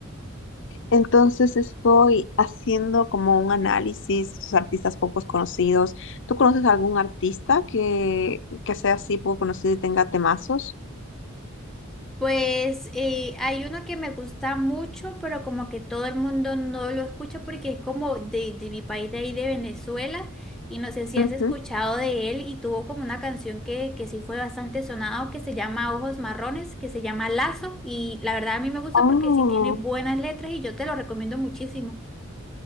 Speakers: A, on the left; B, in the centre.
A: Entonces estoy haciendo como un análisis de estos artistas poco conocidos. ¿Tú conoces algún artista que, que sea así poco conocido y tenga temazos?
B: Pues eh, hay uno que me gusta mucho, pero como que todo el mundo no lo escucha porque es como de, de mi país de ahí, de Venezuela, y no sé si
A: Ujú.
B: has escuchado de él y tuvo como una canción que, que sí fue bastante sonado, que se llama Ojos Marrones, que se llama Lazo, y la verdad a mí me gusta
A: Oh,
B: porque sí tiene buenas letras y yo te lo recomiendo muchísimo.